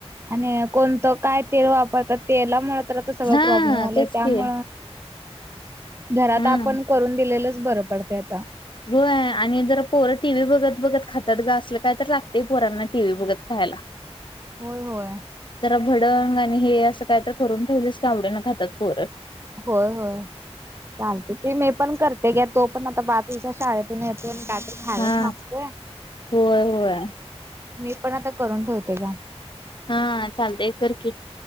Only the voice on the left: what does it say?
हा
तेच
की
हम्म
हो आणि जर पोर टी व्ही बघत बघत खातात ग असलं काय तर लागते. पोरांना टीव बघत खायला..
भडंग आणि हे असं काय तर करून ठेवलेस काी आवडी न खातात पोर.
हा
होय होय
हा चालतय करकिट.